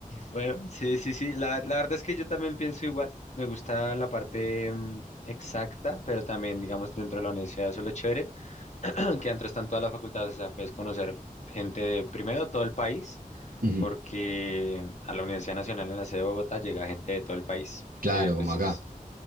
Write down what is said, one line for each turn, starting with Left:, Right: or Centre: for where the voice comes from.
Left: bueno, sí, sí, sí. La, la verdad es que yo también pienso igual. Me gusta la parte mm, exacta, pero también, digamos, dentro de la universidad, eso es lo chévere. que adentro están todas las facultades, o sea, puedes conocer gente de primero todo el país,
Right: Ujú.
Left: porque a la Universidad Nacional en la sede de Bogotá llega gente de todo el país,
Right: Claro,
Left: que
Right: como
Left: pues
Right: acá.
Left: es,